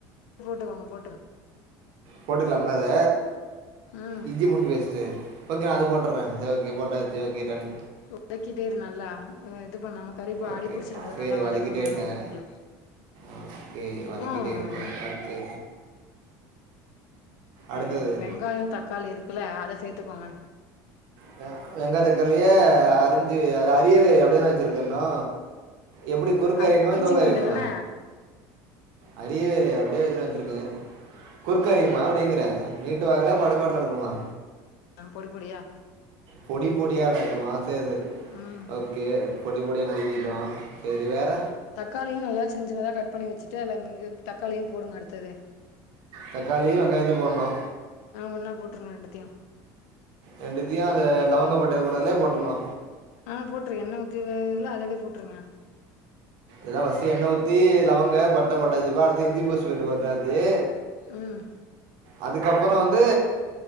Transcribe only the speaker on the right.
போட்டுக்கலாம்ல அத
இஞ்சி பூண்டு பேஸ்ட்டு ஓகே நா அது போட்டுட்றே சரி ஓகே போட்டாச்சு ஓகே டன்
ஓகே
சரி
வதக்கிட்டே இருக்கேன்
ஓகே வதக்கிட்டே
இருக்கே ஓகே அடுத்தது
வெ வெங்காய தக்காளிய அரிஞ்சு அது அரியவே இல்லையே அப்படியேதா வச்சிருக்கே இன்னு எப்டி குறுக்க
அரியனுமா இந்த
பக்கோ அரியனுமா
அரியவே இல்லையே அப்படியே வச்சுன்னு வச்சுருக்கே குறுக்க அரியனும்மா எப்படிங்கறே நீட்டு வாக்குல படுக்கவாட்டுல நறுக்குனுமா
பொடி பொடியா நறுக்கனுமா சேரி சேரி
ஓகே பொடி பொடியா நறுக்கிக்கிட்டோ சேரி வேற
தக்காளி வெங்காயத்தையு போடணு
ரெண்டுத்தையு அந்த லவங்கப்பட்டையில போட்டதுலயே போட்டுரணு
எதா ஃபஸ்ட்டு எண்ணெ ஊத்தி லவங்க பட்ட போட்டாச்சிப்பா அடுத்து இஞ்சி பேஸ்ட் பூண்டு போட்டாச்சு
அதுக்கப்பறோ வந்து